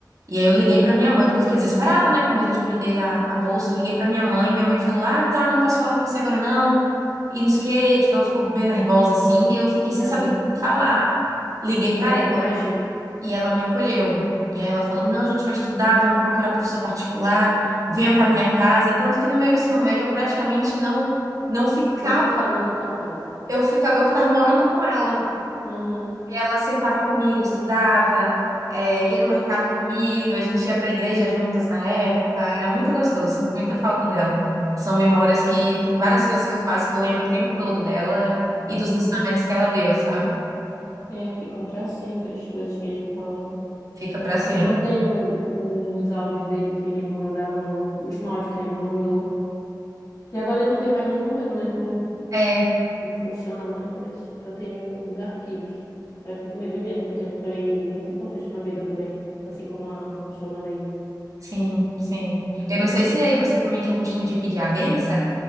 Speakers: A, on the right (about 50°); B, on the left (about 50°).
A: E aí eu liguei pra minha mãe, porque eu fiquei desesperada, né, com medo de perder a, a bolsa. Eu liguei pra minha mãe, minha mãe falou: "Ah, tá, não posso falar com você agora não". E não sei o quê, tipo, ela ficou bem nervosa assim, e eu fiquei sem
B: uhum.
A: saber o que falar. Liguei
B: Tem que
A: pra
B: saber
A: ela
B: como agir.
A: e ela me acolheu. E aí ela falou: "Não, a gente vai estudar, vamos procurar professor particular, venha pra minha casa". Tanto que no meu ensino médio eu praticamente não não ficava,
B: Não ficava na tua casa.
A: eu ficava, eu tava morando com ela.
B: Uhum,
A: Ela sentava comigo, estudava, é, ia no mercado comigo, a gente ia para a igreja juntas na época, era muito gostoso, sinto muita falta dela. São memórias que tem várias coisas que eu faço que eu lembro o tempo todo dela e
B: uhum.
A: dos ensinamentos que ela deu, sabe?
B: É, ficam pra sempre as coisas que eles falavam.
A: Fica para sempre.
B: Eu mantenho o- os áudios dele que ele me mandava no o último áudio que ele me mandou. Que agora ele não tem mais número, né? Que não,
A: É,
B: não funciona mais, mas eu tenho os arquivos. Aí Eu fico revivendo, porque ele foi muito importante na vida também, assim como a, a sua madrinha.
A: sim, sim. Eu não sei se aí você também tinha o costume de pedir a benção.